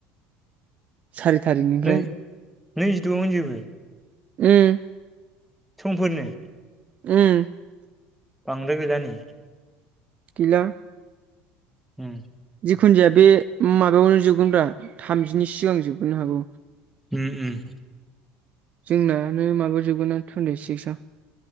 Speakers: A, on the right; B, in the centre.
A: सारि थारिखनिफ्राय
B: नै नैजिद'आवनो जोबो।
A: उम
B: समफोरनो
A: उम
B: बांगद्राय गौलानै
A: गैला
B: उम
A: जिखुन जाया बे माबायावनो जोबगोनब्रा थामजिनि सिगां जोबगोनो हागौ
B: उम उम
A: जोंनानो माबायाव जोबगोन ना टुन्टि सिक्सआव।